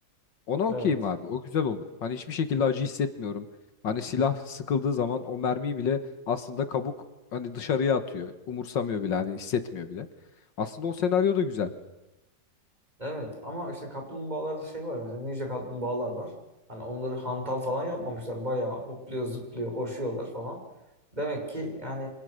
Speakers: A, on the left (about 80°); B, on the right (about 20°).
A: ona
B: Evet.
A: okeyim abi. O güzel olur. Hani hiçbir şekilde acı hissetmiyorum. Hani silah sıkıldığı zaman o mermiyi bile aslında kabuk hani dışarıya atıyor. Umursamıyor bile hani hissetmiyor bile. Aslında o senaryo da güzel.
B: Evet ama işte kaplumbağalarda şey var mesela ninja kaplumbağalar var. Hani onları hantal falan yapmamışlar. Bayağı hopluyor, zıplıyor, koşuyorlar falan. Demek ki yani